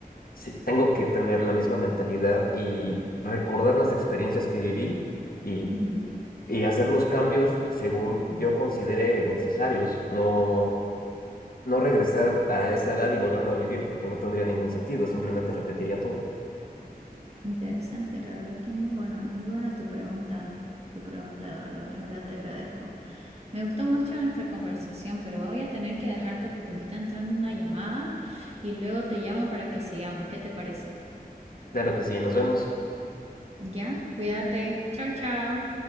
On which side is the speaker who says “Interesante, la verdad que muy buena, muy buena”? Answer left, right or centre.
Right